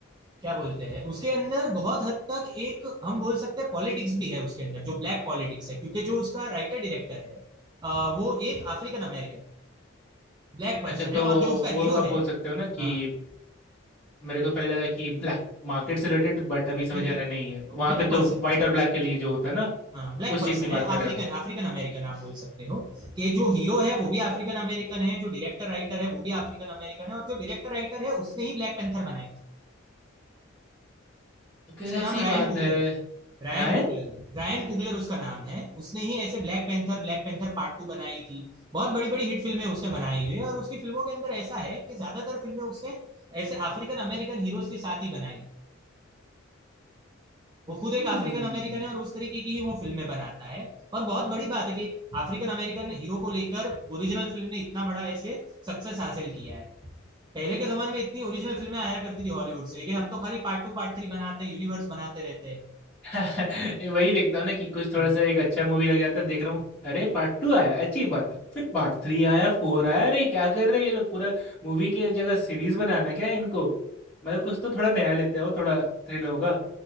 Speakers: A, on the right (about 20°); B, in the centre.
A: क्या बोलते हैं उसके अंदर बहुत हद तक एक हम बोल सकते हैं पॉलिटिक्स भी है उसके अंदर जो ब्लैक पॉलिटिक्स है क्योंकि जो उसका राइटर डायरेक्टर है अ, वो एक अफ्रीकन अमेरिकन ब्लैक पर्सन
B: अच्छा तो
A: है और जो उसका
B: वो
A: हीरो
B: आप बोल
A: है
B: सकते हो ना कि
A: हाँ
B: मेरे को पहले लगा कि ब्लैक मार्केट से रिलेटेड बट अभी समझ
A: नहीं नहीं
B: आ रहा है नहीं है वहां
A: ब्लैक
B: पे
A: पर्सन
B: तो वाइट और ब्लैक के लिए जो होता है ना
A: हाँ ब्लैक
B: उस
A: पर्सन
B: चीज की
A: है
B: बात कर
A: अफ्रीकन
B: रहे हो
A: अफ्रीकन अमेरिकन आप बोल सकते हो कि जो हीरो है वो भी अफ्रीकन अमेरिकन है जो डायरेक्टर राइटर है वो भी अफ्रीकन अमेरिकन है और जो डायरेक्टर राइटर है उसने ही ब्लैक पैंथर बनाई थी
B: अगर
A: उसका
B: ऐसी
A: नाम रायन
B: बात
A: कुगलर
B: है
A: है रायन
B: रायन
A: कुगलर है रायन कुगलर उसका नाम है उसने ही ऐसे Black Panther Black Panther part two बनाई थी बहुत बड़ी बड़ी हिट फिल्में उसने बनाई हुई है और उसकी फिल्मों के अंदर ऐसा है कि ज्यादातर फिल्में उसने ऐसे अफ्रीकन अमेरिकन हीरोज के साथ ही बनाई वो खुद एक
B: हम्म
A: अफ्रीकन अमेरिकन है और उस तरीके की ही वो फिल्में बनाता है और बहुत बड़ी बात है कि एक अफ्रीकन अमेरिकन हीरो को लेकर ओरिजिनल फिल्म ने इतना बड़ा ऐसे सक्सेस हासिल किया है पहले के जमाने में इतनी ओरिजिनल फिल्में आया करती थी हॉलीवुड से लेकिन अब तो खाली पार्ट टू पार्ट थ्री बनाते हैं यूनिवर्स बनाते रहते हैं
B: <laughs> वही देखता हूँ ना कि कुछ थोड़ा
A: हम्म।
B: सा एक अच्छा मूवी लग जाता है देख रहा हूँ
A: हम्म।
B: अरे पार्ट टू आया अच्छी बात है फिर पार्ट थ्री आया फोर आया अरे क्या कर रहे हैं ये लोग पूरा मूवी की जगह सीरीज बनाना है क्या इनको मतलब कुछ तो थोड़ा नया लेते हैं वो थोड़ा थ्रिल होगा